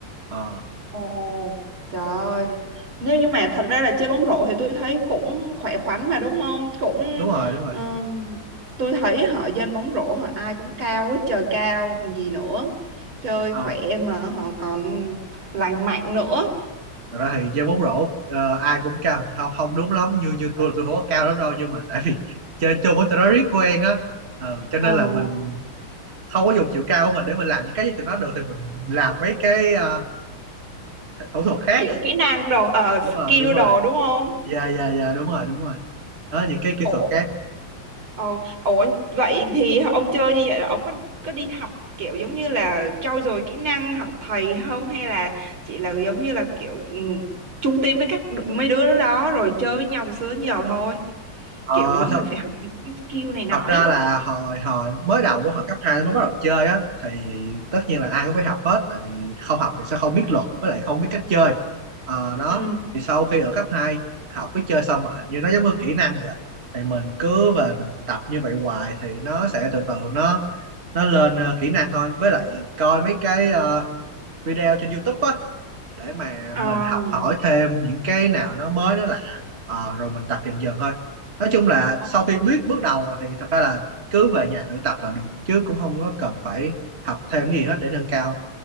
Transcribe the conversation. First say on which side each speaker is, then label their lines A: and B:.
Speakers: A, on the right; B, on the right.
A: ờ
B: Ồ, trời ơi. Nếu như mà thật ra là chơi bóng rổ thì tôi thấy cũng khỏe khoắn mà đúng không? Cũng
A: đúng rồi đúng rồi
B: ừm, tôi thấy họ dân bóng rổ họ ai cũng cao hết trời cao còn gì nữa. Chơi
A: Ờ,
B: khỏe mà họ còn lành mạnh nữa.
A: thật ra thì chơi bóng rổ ờ, ai cũng cao thì không không đúng lắm như như tôi là tôi không có cao lắm đâu nhưng mà tại vì <laughs> chơi chung với tụi nó riết quen á ờ, cho nên
B: Ờ,
A: là mình không có dùng chiều cao của mình để mình làm những cái với tụi nó được thì mình làm mấy cái ờ, thủ thuật khác
B: kiểu kỹ năng đồ ờ
A: đúng
B: skill
A: rồi đúng rồi
B: đồ đúng không?
A: dạ dạ dạ đúng rồi đúng rồi đó những cái kỹ
B: ủa
A: thuật khác
B: ồ ủa vậy thì ông chơi như vậy là ông có có đi học kiểu giống như là trau dồi kỹ năng học thầy không hay là chỉ là giống như là kiểu ừm, chung team với các đ- mấy đứa đó rồi chơi với nhau từ xưa đến giờ thôi
A: Ờ,
B: kiểu giống
A: thật
B: mình phải học những cái skill này nọ
A: thật
B: ấy
A: ra là hồi hồi mới đầu của hồi cấp 2 mới bắt đầu chơi á thì tất nhiên là ai cũng phải học hết tại vì không học thì sẽ không biết luật với lại không biết cách chơi Ờ, đó
B: ừ
A: thì sau khi ở cấp 2 học với chơi xong rồi như nó giống như kỹ năng vậy thì mình cứ về mình tập như vậy hoài thì nó sẽ từ từ nó nó lên ờ, kỹ năng thôi với lại coi mấy cái ờ, video trên YouTube á để mà
B: ờ
A: mình học hỏi thêm những cái nào nó mới nó lạ Ờ, rồi mình tập dần dần thôi nói chung là
B: ờ
A: sau khi biết bước đầu thì thật ra là cứ về nhà tự tập là được chứ cũng không có cần phải học thêm cái gì hết để nâng cao